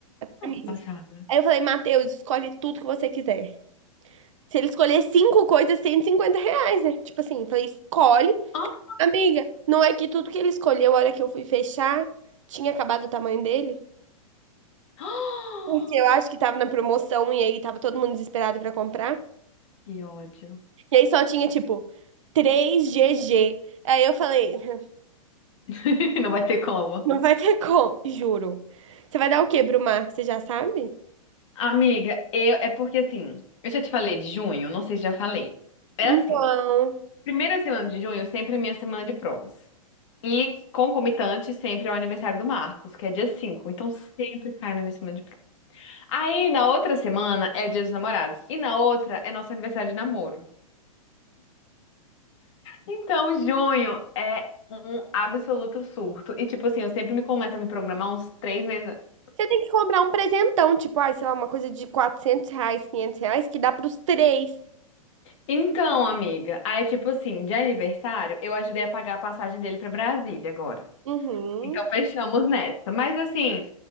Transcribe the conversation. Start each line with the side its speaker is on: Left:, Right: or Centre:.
Right: Camisas.
Left: Passada.
Right: Aí eu falei, Matheus, escolhe tudo que você quiser. Se ele escolher cinco coisas, 150 reais, né? Tipo assim, eu falei, escolhe.
Left: Ah!
Right: Amiga, não é que tudo que ele escolheu, a hora que eu fui fechar, tinha acabado o tamanho dele?
Left: Ah!
Right: Porque
Left: <gasps>
Right: eu acho que tava na promoção e aí tava todo mundo desesperado pra comprar.
Left: Que ódio.
Right: E aí só tinha, tipo, 3GG. Aí eu falei, <laughs>
Left: <laughs> Não vai ter como.
Right: não vai ter como, juro. Você vai dar o quê pro Marco? Você já sabe?
Left: Amiga, eu, é porque assim, eu já te falei de junho, não sei se já falei. É
Right: Então,
Left: assim. Primeira semana de junho sempre é minha semana de provas. E concomitante sempre é o aniversário do Marcos, que é dia cinco Então sempre cai na minha semana de provas. Aí na outra semana é o dia dos namorados. E na outra é nosso aniversário de namoro. Então junho é um absoluto surto. E tipo assim, eu sempre me começo a me programar uns três meses antes.
Right: você tem que comprar um presentão, tipo, ai, sei lá, uma coisa de 400 reais, 500 reais, que dá pros três.
Left: Então, amiga, aí tipo assim, de aniversário, eu ajudei a pagar a passagem dele pra Brasília agora.
Right: Uhum.
Left: Então fechamos nessa. Mas assim.